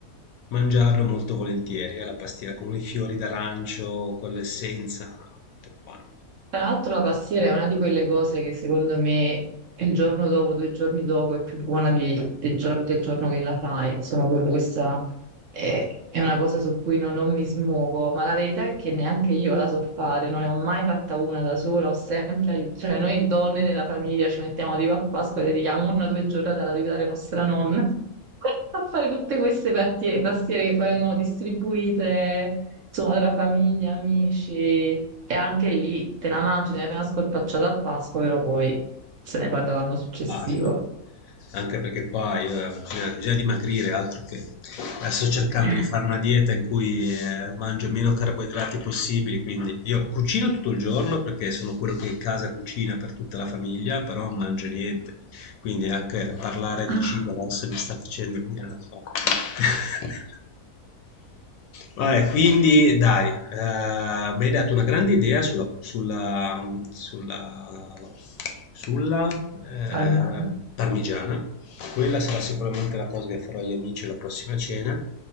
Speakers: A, on the left; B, on the right.
A: mangiarlo molto volentieri, alla pastiera con i fiori d'arancio, con l'essenza, no, tutto buono.
B: Tra l'altro la pastiera è una di quelle cose che secondo me il giorno dopo, due giorni dopo è più buona di- del, gior- del giorno che la fai. Insomma, proprio questa è, è una cosa su cui non, non mi smuovo, ma la verità è che neanche io la so fare, non ne ho mai fatta una da sola, ho sempre aiutato. Cioè, noi donne nella famiglia ci mettiamo tipo a Pasqua e dedichiamo una o due giornate ad aiutare nostra nonna <laughs> a fare tutte queste partie- pastiere che poi vengono distribuite insomma, tra famiglia, amici, e anche lì te la mangi, te ne fai una scorpacciata a Pasqua, però poi se ne parla l'anno successivo.
A: Ah, sì. Anche perché qua io eh, bisogna bisogna dimagrire, altro che eh, sto cercando
B: <laughs>
A: di fare una dieta in cui eh, mangio meno carboidrati possibili, quindi io cucino tutto il giorno perché sono quello che in casa cucina per tutta la famiglia, però non mangio niente, quindi anche parlare di
B: Ah,
A: cibo adesso mi sta facendo venire una fame. <laughs> Vabbè, quindi dai, eh, mi hai dato una grande idea sulla, sulla, sulla, sulla, eh,
B: calmi.
A: parmigiana. Quella sarà sicuramente la cosa che farò agli amici alla prossima cena.